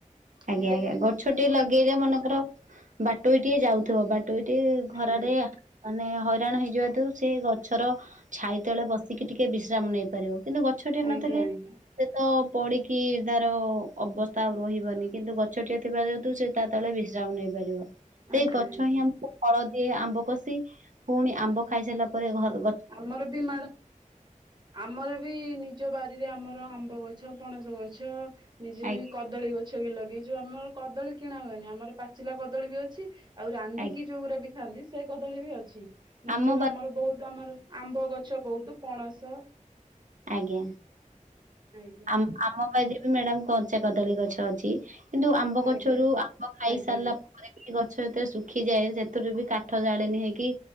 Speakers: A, on the right; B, on the right.
A: ଆଜ୍ଞା
B: ନିଜେ
A: ଆଜ୍ଞା
B: କିଛି
A: ଗଛଟିଏ
B: ଗଛ ଲଗାନ୍ତୁ।
A: ଲଗେଇଲେ ମନେକର ବାଟୋଇଟିଏ ଯାଉଥିବ ବାଟୋଇଟି
B: ଆଜ୍ଞା
A: ଖରା ରେ ମାନେ ହଇରାଣ ହେଇଯିବା <unintelligible> ସେ ଗ ଗଛର ଛାଇ ତଳେ ବସିକି ଟିକେ ବିଶ୍ରାମ ନେଇ ପାରିବ କିନ୍ତୁ ଗଛଟେ
B: ଆଜ୍ଞା
A: ନଥିଲେ
B: ଆଜ୍ଞା
A: ସେ ତ ପଢିକି, ତାର ଅବସ୍ଥା ଆଉ ରହିବନି କିନ୍ତୁ ଗଛଟିଏ ଥିବା ଯେହେତୁ ସେ ତା ତେବେଳେ ବିଶ୍ରାମ ନେଇପାରିବ। ସେଇ
B: ଆଜ୍ଞା
A: ଗଛ
B: ଆଜ୍ଞା
A: ହିଁ ଆମକୁ ଫଳ ଦିଏ ଆମ୍ବ କଷି ପୁଣି ଆମ୍ବ ଖାଇସାରିଲା ପରେ ଘ
B: ଆମର ବି ମାଡ ଆମର ବି ନିଜ ବାରିରେ ଆମର ବ ଗଛ ପଣସ ଗଛ ନିଜେ
A: ଆଜ୍ଞା
B: ବି କଦଳୀ ଗଛ ବି ଲଗେଇଚୁ ଆମର, କଦଳୀ କିଣା ହୁଏନି ଆମର ପାଚିଲା କଦଳୀ ବି ଅଛି ଆଉ ରାନ୍ଧିକି
A: ଆଜ୍ଞା
B: ଯଉଗୁରା ବି ଖାନ୍ତି ସେ କଦଳୀ ବି ଅଛି ନିଜର
A: ଆମ ବାରି
B: ଆମର ବହୁତ ଆମର ଆମ୍ବ ଗଛ ବହୁତ ପଣସ ତ
A: ଆଜ୍ଞା
B: ଆଜ୍ଞା
A: ଆ ଆମ ମ୍ୟାଡାମ କଞ୍ଚା କଦଳୀ ଗଛ ଅଛି କିନ୍ତୁ ଆମ୍ବ ଗଛରୁ
B: ଆଜ୍ଞା
A: ଆମ୍ବ ଖାଇସାରିଲା
B: ଆଜ୍ଞା ଆଜ୍ଞା
A: ପରେ ବି ଗ ଗଛ ଯେତରେ ଶୁଖିଯାଏ ସେଥିରୁବି କାଠ ଜାଳେଣି ହେଇକି